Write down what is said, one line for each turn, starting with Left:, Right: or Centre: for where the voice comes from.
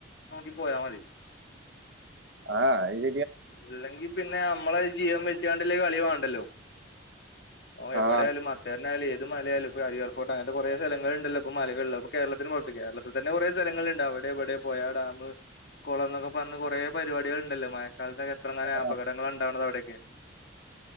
Left: നോക്കി പോയ മതി
Right: ആഹ് അയ് ഷ
Left: ഇല്ലെങ്കി പിന്നെ നമ്മളെ ജീവൻ വെച്ചാണ്ട്ള്ള കളി വാണ്ടല്ലോ ഓ എവടെയാലും
Right: ആഹ്
Left: ഇത് അറ്ഞ്ഞാല് ഏത് മലാലും ഇപ്പൊ അരിയർ ഫോട്ട് അങ്ങത്തെ കുറെ സ്ഥലങ്ങള ഉണ്ടല്ലോപ്പ മലകളിൽ അപ്പാ കേരളത്തിന് കേരളത്തിൽ തന്നെ കൊറേ സ്ഥലങ്ങളുണ്ട് അവിടെ ഇവിടെ പോയാ ഡാാം കുളം എന്നൊക്കെ പറഞ്ഞ് കുറേ പരിപാടികൾ ഉണ്ടല്ലോ മ കാലത്തൊക്കെ എത്രങ്ങനെ
Right: ആഹ്
Left: അപകടങ്ങൾ ഉണ്ടാവുന്നത് അവിടക്കെ